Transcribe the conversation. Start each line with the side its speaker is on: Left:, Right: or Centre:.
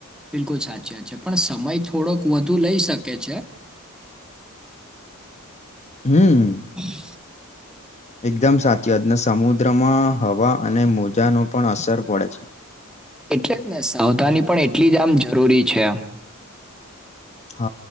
Centre: બિલકુલ સાચી વાત છે, પણ સમય થોડોક વધુ લઈ શકે છે.
Left: હમ.
Centre: હમ,
Left: એકદમ સાચી વાત ને સમુદ્રમાં હવા અને મોજાનો પણ અસર પડે છે.
Centre: એટલે જ ને સાવધાની પણ એટલી જ આમ જરૂરી છે.
Left: હ